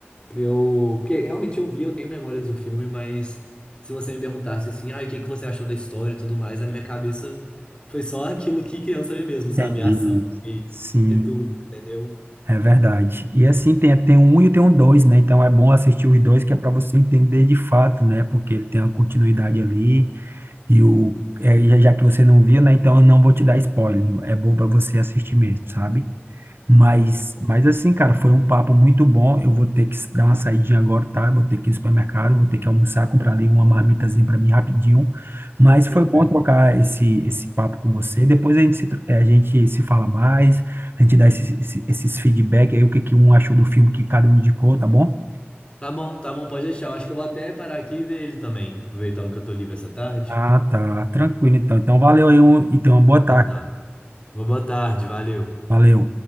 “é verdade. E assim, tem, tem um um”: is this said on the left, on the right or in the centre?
Right